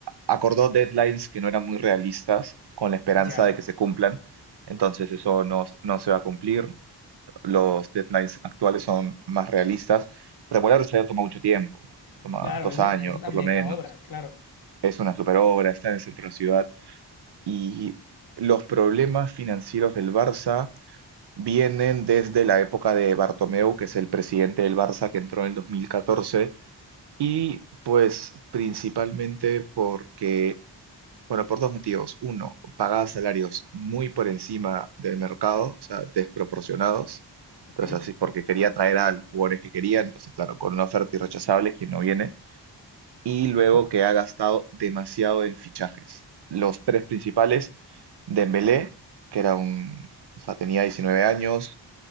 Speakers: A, on the right; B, on the left.
A: acordó deadlines que no eran muy realistas con la esperanza
B: ya,
A: de que se cumplan. Entonces eso no, no se va a cumplir. Los deadlines actuales son más realistas. Remodelar el estadio toma mucho tiempo, toma
B: claro,
A: dos
B: es
A: años
B: un, es una
A: por
B: mega
A: lo menos.
B: obra, claro.
A: Es una super obra, está en el centro de la ciudad y los problemas financieros del Barça vienen desde la época de Bartomeu, que es el presidente del Barça que entró en el 2014 y pues principalmente porque, bueno, por dos motivos. Uno, pagaba salarios muy por encima del mercado, o sea, desproporcionados.
B: Ok,
A: Entonces, así, porque quería traer a los jugadores que quería, entonces, claro, con una oferta irrechazable, quien no viene. Y luego
B: ya.
A: que ha gastado demasiado en fichajes. Los tres principales, Dembélé, que era un, o sea, tenía 19 años,